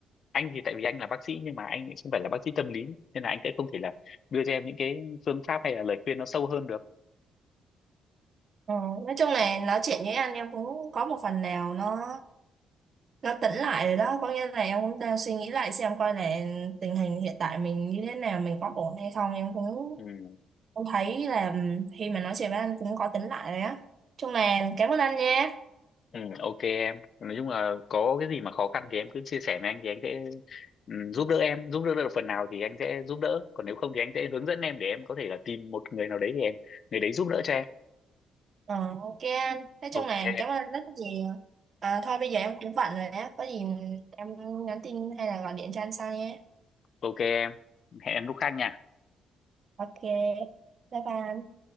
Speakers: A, on the left; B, on the right.
A: anh thì tại vì anh là bác sĩ nhưng mà anh lại không phải là bác sĩ tâm lý nên là anh sẽ không thể là đưa cho em những cái phương pháp hay là lời khuyên nó sâu hơn được
B: Ờ, nói chung là nói chuyện với anh em cũng có một phần nào nó nó tỉnh lại rồi đó có nghĩa là em cũng đang suy nghĩ lại xem coi là tình hình hiện tại mình như thế nào mình có ổn hay không em cũng
A: ừ.
B: cũng thấy là ừ, khi mà nói chuyện với anh cũng có tỉnh lại rồi á chung là cảm ơn anh nha
A: Ừ, ok em nói chung là có cái gì mà khó khăn thì em cứ chia sẻ với anh thì anh sẽ ừ, giúp đỡ em giúp đỡ được phần nào thì anh sẽ giúp đỡ còn nếu không thì anh sẽ hướng dẫn em để em có thể là tìm một người nào đấy thì em người đấy giúp đỡ cho em
B: Ờ, ok anh. Nói
A: ok
B: chung là cảm ơn anh rất nhiều. À, thôi bây giờ em cũng bận rồi á. Có gì em nhắn tin hay là gọi điện cho anh sau nhé.
A: ok em hẹn em lúc khác nha
B: Ok. Bye bye. anh.